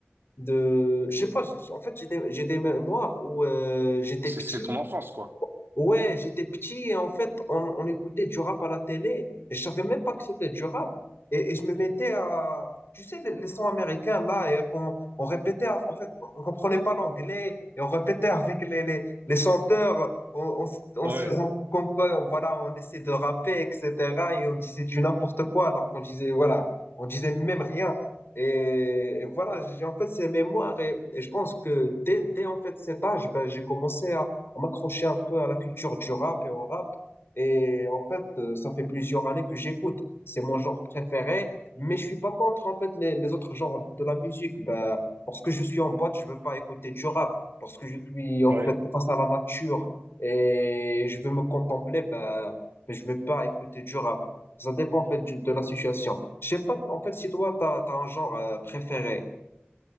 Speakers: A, on the left; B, on the right.
A: de, je sais pas, en fait, j'ai des, j'ai des mémoires où euh, j'étais
B: C'est,
A: petit
B: c'est ton enfance, quoi.
A: Ouais, j'étais petit et en fait, on, on écoutait du rap à la télé et je savais même pas que c'était du rap. Et, et je me mettais à, tu sais, les, les sons américains là, et qu'on on répétait, à- en fait, on comprenait pas l'anglais et on répétait <laughs> avec les, les, les chanteurs, on, on, s- on
B: Ouais.
A: se faisait comme quoi, voilà, on essayait de rapper, etc. Et on disait du n'importe quoi alors qu'on disait, voilà, on disait même rien. Et, et voilà, j'ai en fait ces mémoires et, et je pense que dès, dès en fait cet âge, ben, j'ai commencé à m'accrocher un peu à la culture du rap et au rap. Et en fait, euh, ça fait plusieurs années que j'écoute. C'est mon genre préféré, mais je suis pas contre en fait les, les autres genres de la musique. Bah, parce que je suis en boîte, je veux pas écouter du rap. Parce que je suis en
B: Ouais.
A: fait face à la nature et je veux me contempler, bah, je veux pas écouter du rap. Ça dépend en fait du- de la situation. Je sais pas en fait si toi t'as, t'as un genre euh, préféré.